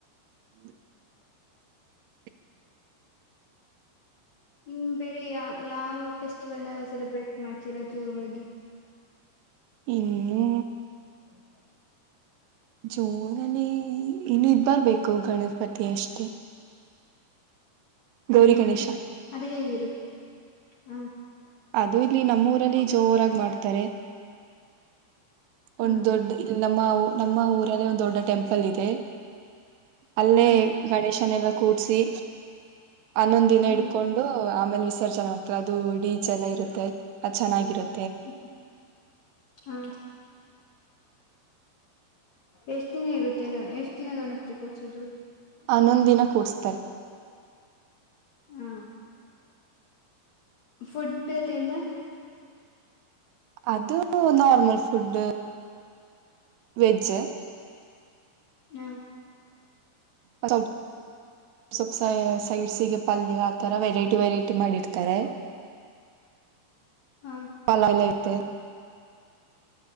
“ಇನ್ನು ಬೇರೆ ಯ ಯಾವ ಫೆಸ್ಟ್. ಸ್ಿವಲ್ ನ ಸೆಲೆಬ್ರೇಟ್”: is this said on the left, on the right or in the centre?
Left